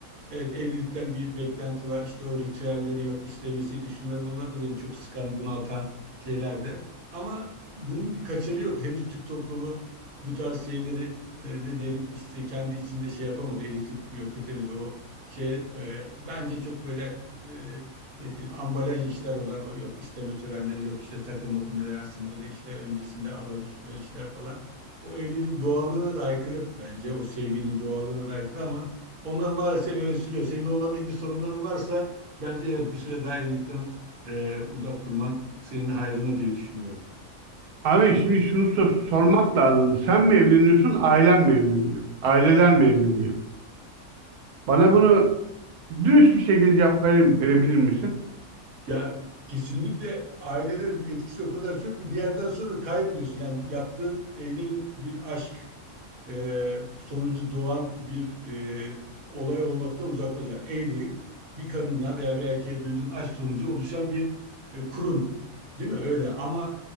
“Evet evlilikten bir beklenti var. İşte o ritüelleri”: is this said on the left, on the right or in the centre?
Right